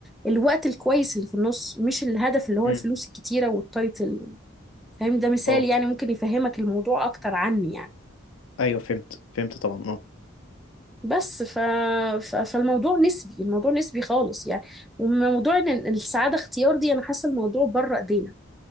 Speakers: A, in the centre; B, on the left.
A: الوقت الكويس اللي في النص مش الهدف اللي هو
B: امم
A: الفلوس الكتيرة والتايتل فاهم ده مثال
B: اه
A: يعني ممكن يفهمك الموضوع أكتر عني يعني
B: ايوه فهمت فهمت طبعا اه
A: بس ف... ف... فالموضوع نسبي الموضوع نسبي خالص يعني وموضوع إن إن السعادة اختيار دي أنا حاسة الموضوع بره إيدينا